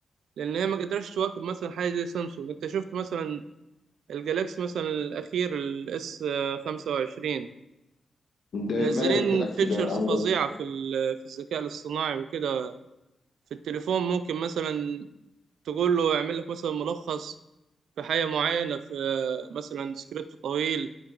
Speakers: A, on the right (about 90°); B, on the left (about 70°).
A: لان هي ما قدرتش تواكب مثلا حاجه زي سامسونج انت شفت مثلا الجالاكسي مثلا الأخير الاس 25
B: ده
A: منزلين
B: ماله الجلاكسي
A: فيتشرز
B: ده عامل
A: فظيعة
B: ايه
A: في ال- في الذكاء الاصطناعي وكده في التليفون ممكن مثلا تقول له يعمل لك مثلا ملخص في حاجة معينة في مثلا سكريبت طويل